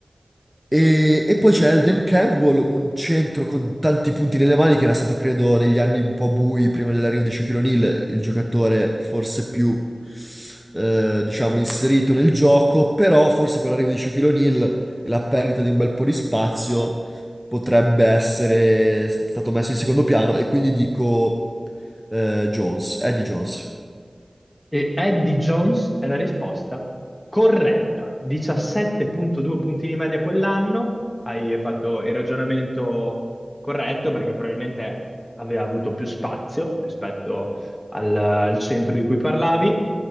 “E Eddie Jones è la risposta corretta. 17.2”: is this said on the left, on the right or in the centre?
Left